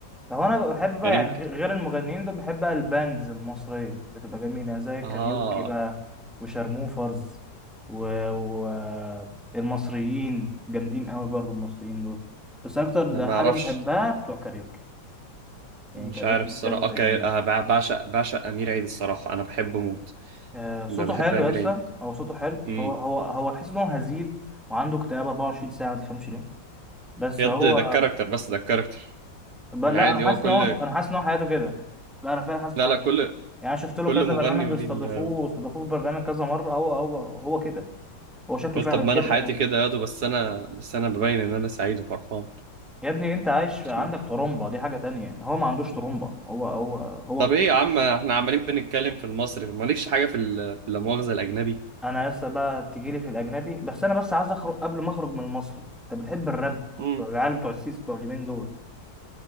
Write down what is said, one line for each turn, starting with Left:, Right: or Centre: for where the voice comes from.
Centre: لو أنا بحب بقى
Right: يعني
Centre: يعني
Right: يمكن
Centre: غ- غير المغنيين دول بحب بقى الباندز المصرية بتبقى جميلة زي كاريوكي
Right: اه
Centre: بقى وشارموفرز و... و... آه، المصريين جامدين قوي برضو المصريين دول بس أكتر
Right: أنا ما
Centre: حاجة
Right: اعرفش
Centre: بحبها بتوع كاريوكي يعني
Right: مش
Centre: كاريوكي
Right: عارف الصراحه
Centre: بجد
Right: اوكي
Centre: جامدين
Right: أه بع- بعشق بعشق امير عيد الصراحه انا بحبه موت
Centre: آه، صوته
Right: ب- بحب
Centre: حلو
Right: امير
Centre: يا اسطى
Right: عيد
Centre: هو صوته حلو
Right: امم
Centre: هو هو هو تحس ان هو هزيل وعنده اكتئاب 24 ساعه ما تفهمش ليه بس
Right: بجد
Centre: هو
Right: ده الكاركتر بس ده الكاركتر
Centre: ب...
Right: يعني
Centre: لا
Right: عادي
Centre: انا حاسس
Right: هو كل
Centre: ان هو انا حاسس ان هو حياته كده لا انا فعلا حاسس ان
Right: لا
Centre: حياته
Right: لا كل
Centre: يعني انا شفت له
Right: كل
Centre: كذا
Right: مغني
Centre: برنامج
Right: وليه
Centre: بيستضيفوه
Right: ال...
Centre: واستضافوه في برنامج كذا مره هو هو هو كده هو شكله
Right: يا
Centre: فعلا
Right: طب ما
Centre: كده
Right: انا حياتي
Centre: يعني
Right: كده يا دو بس انا بس انا ببين ان انا سعيد وفرحان
Centre: يا ابني انت عايش في-
Right: مش
Centre: عندك
Right: مهم.
Centre: ترومبا دي حاجه تانية هو ما عندوش ترومبا هو هو هو
Right: طب ايه يا عم احنا عمالين بنتكلم في المصري مالكش حاجه في ال- في لا مؤاخذه الاجنبي
Centre: انا لسه بقى تجيلي في الاجنبي بس انا بس عايز اخرج قبل ما اخرج من المصري انت بتحب الراب
Right: امم
Centre: العيال بتوع السيس بتوع اليمين دول